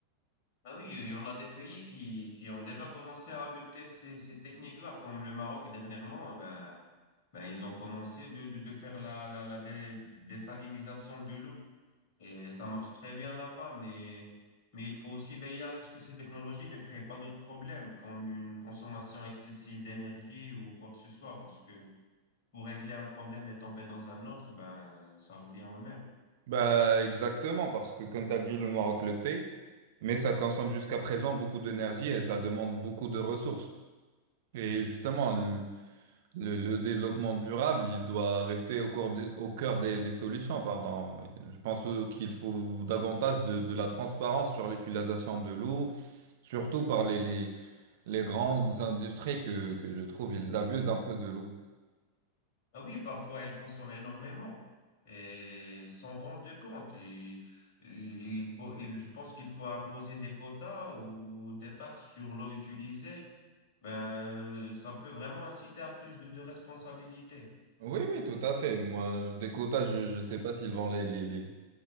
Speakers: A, on the left; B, on the right.
A: Ah oui, il y en a des pays qui, qui ont déjà commencé à adopter ces, ces techniques-là, comme le Maroc dernièrement, ben, ben, ils ont commencé de, de, de faire la, la, la dé- désalinisation de l'eau. Et ça marche très bien là-bas, mais, mais il faut aussi veiller à ce que ces technologies ne créent pas d'autres problèmes, comme une consommation excessive d'énergie ou quoi que ce soit, parce que pour régler un problème et tomber dans un autre, ben, ça revient au même.
B: Bah, exactement, parce que comme tu as dit, le Maroc le fait, mais ça consomme jusqu'à présent beaucoup d'énergie et ça demande beaucoup de ressources. Et justement, le, le- le développement durable, il doit rester au cœur des, au cœur des, des solutions, pardon. Je pense euh, qu'il faut davantage de, de la transparence sur l'utilisation de l'eau, surtout par les, les, les grandes industries que, que je trouve, ils abusent un peu de l'eau.
A: Ah oui, parfois, elles consomment énormément et s'en rendent compte. Et, et il faut- il- je pense qu'il faut imposer des quotas ou des taxes sur l'eau utilisée. Ben, ça peut vraiment inciter à plus de, de responsabilités.
B: Oui, oui, tout à fait. Moi, des quotas, je ne sais pas s'ils vont les, les, les-